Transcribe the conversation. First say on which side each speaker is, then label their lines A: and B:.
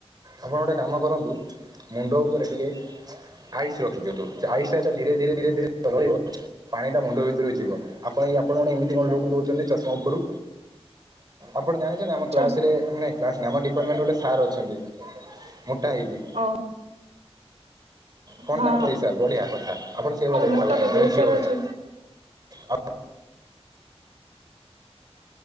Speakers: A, on the right; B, on the right.
A: ଆପଣ ଗୋଟଏ କାମ କରନ୍ତୁ ମୁଣ୍ଡ ଉପରେ ଟିକେ ଆଇସ ରଖି ଦିଅନ୍ତୁ ସେ ଆଇସ୍ ଟା ଯୋଉ ଧୀରେ ଧୀରେ ଧୀରେ ଧୀରେ ତରଳିବ ପାଣି ଟା ମୁଣ୍ଡ ଭିତରକୁ ଯିବ। ଆପଣ ଇଏ ଆପଣମାନେ ଏମିତି କଣ ଲୁକ ଦଉଛନ୍ତି ଚଷମା ଉପରୁ ଆପଣ ଜାଣିଛନ୍ତି ଆମ
B: ଜଷ୍ଟ
A: କ୍ଲାସରେ ନାଇ କ୍ଲାସ ନୁହେ ଆମ ଡିପାଟମେଣ୍ଟ ଗୋଟେ ସାର୍ ଅଛନ୍ତି। ମୋଟା ହେଇକି।
B: ଓ
A: କଣ
B: ହଁ
A: ତଙ୍କ
B: ହଁ।
A: ତି ସାର୍ ବଢିଆ କଥା ଆପଣ ସେଇଭଳିଆ ଦେଖା
B: ମୋଟା
A: ହଉଛନ୍ତି
B: ତ ବହୁତ
A: ତାଙ୍କ ଝିଅ
B: ସାରା
A: ଭଳିଆ।
B: ଅଛନ୍ତି
A: ଆଉ